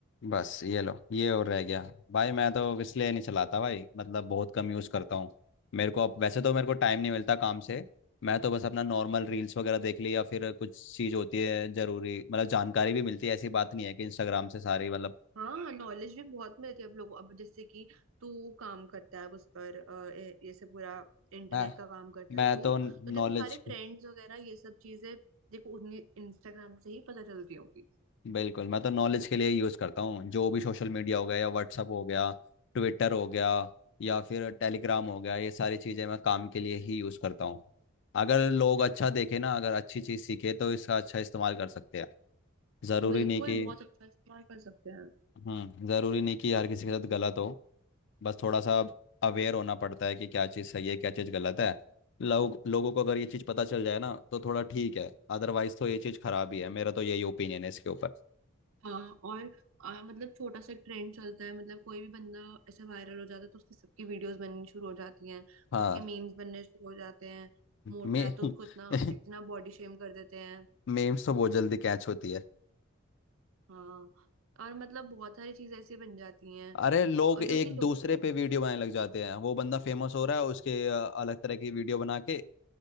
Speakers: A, on the left; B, on the right.
A: बस ये लो ये और रह गया भाई मैं तो इसलिए नहीं चलाता भाई मतलब बहुत कम यूज़ करता हूँ मेरे को अब वैसे तो मेरे को टाइम नहीं मिलता काम से मैं तो बस अपना नॉर्मल रील्स वगैरह देख ली या फिर कुछ चीज़ होती है ज़रूरी मतलब जानकारी भी मिलती है ऐसी बात नहीं है कि इंस्टाग्राम से सारी मतलब
B: हाँ नॉलेज भी बहुत मिलती है अब लोगों अब जैसे कि तू काम करता है उस पर अ, ए- ये सब पूरा इंटरनेट
A: मैं
B: का काम करता
A: मैं
B: है तू
A: तो
B: तो देखो
A: नॉलेज
B: सारे ट्रेंड्स वगैरह ये सब चीजें देखो उन्हीं इंस्टाग्राम से ही पता चलती होंगी
A: बिल्कुल मैं तो नॉलेज के लिए यूज़ करता हूँ जो भी सोशल मीडिया हो गया या व्हाट्सअप हो गया ट्विटर हो गया या फिर टेलीग्राम हो गया ये सारी चीज़ें मैं काम के लिए ही यूज़ करता हूँ अगर लोग अच्छा देखे ना अगर अच्छी चीज़ सीखे तो इसका अच्छा इस्तेमाल कर सकते हैं ज़रूरी
B: बिल्कुल
A: नहीं कि
B: बहुत अच्छा इस्तेमाल कर सकते हैं
A: हम्म ज़रूरी नहीं कि हर किसी के साथ गलत हो बस थोड़ा सा अवेयर होना पड़ता है कि क्या चीज़ सही है क्या चीज़ गलत है लोग लोगों को अगर ये चीज़ पता चल जाए ना तो थोड़ा ठीक है अदरवाइज़ तो ये चीज़ खराब ही है मेरा तो यही ओपिनियन है इसके ऊपर
B: हाँ और आ, मतलब छोटा सा ट्रेंड चलता है मतलब कोई भी बंदा ऐसे वायरल हो जाता है तो उसकी सबकी वीडियोस बननी शुरू हो जाती हैं
A: हाँ
B: उसके मीम्स बनने शुरू हो जाते हैं मोटा
A: मे
B: है तो उसको इतना
A: <laughs>
B: इतना बॉडी शेम कर देते हैं
A: मीम्स तो बहुत जल्दी कैच होती है
B: हाँ और मतलब बहुत सारी चीजें ऐसी बन जाती हैं
A: अरे लोग
B: और
A: एक
B: जो कि लोग
A: दूसरे
B: को
A: पे वीडियो बनाने लग जाते हैं वो बंदा फेमस हो रहा है उसके अ, अलग तरह की वीडियो बना के